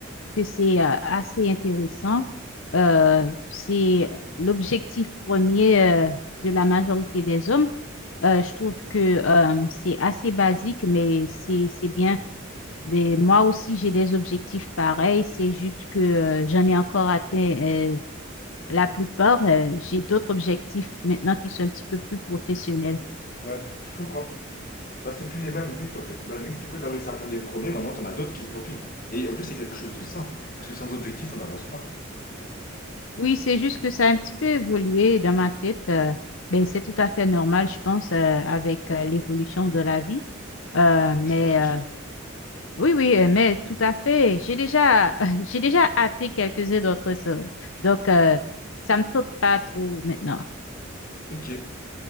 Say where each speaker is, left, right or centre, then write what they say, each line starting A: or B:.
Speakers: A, on the left; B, on the left.
A: que c'est euh, assez intéressant. Euh, c'est l'objectif premier euh, de la majorité des hommes. Euh, je trouve que euh, c'est assez basique, mais c'est c'est bien. Mais moi aussi, j'ai des objectifs pareils. C'est juste que euh, j'en ai encore atteint. euh, La plupart, euh, j'ai d'autres objectifs maintenant qui sont un petit peu plus professionnels.
B: Ouais, je comprends. Bah, c'est plus les mêmes buts en fait. Bah, vu que du coup, t'as réussi à atteindre les premiers, maintenant t'en as d'autres qui se profilent. Et en plus, c'est quelque chose de sain. Parce que sans objectif, on n'avance pas.
A: Oui, c'est juste que ça a un petit peu évolué dans ma tête. euh, ben, c'est tout à fait normal, je pense, euh, avec euh, l'évolution de la vie. Euh,
B: Ah
A: mais
B: oui, je pense aussi.
A: euh, oui, oui, euh, mais tout à fait. J'ai déjà, <laughs> j'ai déjà hâté quelques-uns d'autres choses. Donc, euh, ça me tente pas trop maintenant.
B: Ok.